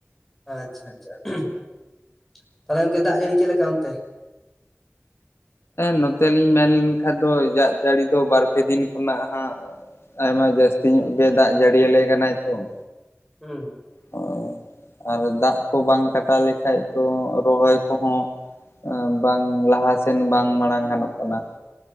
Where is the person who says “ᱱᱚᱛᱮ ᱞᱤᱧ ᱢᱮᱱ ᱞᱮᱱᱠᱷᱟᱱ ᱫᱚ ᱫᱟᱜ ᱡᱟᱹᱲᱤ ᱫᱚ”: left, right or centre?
Left